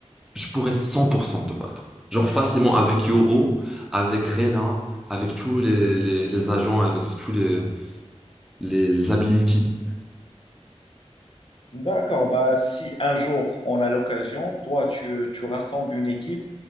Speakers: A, in the centre; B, on the left.
A: je pourrais 100% te battre. Genre facilement avec Yoro, avec Rena, avec tous les, les, les agents, avec tous les, les abilities.
B: D'accord, bah, si un jour on a l'occasion, toi tu, tu rassembles une équipe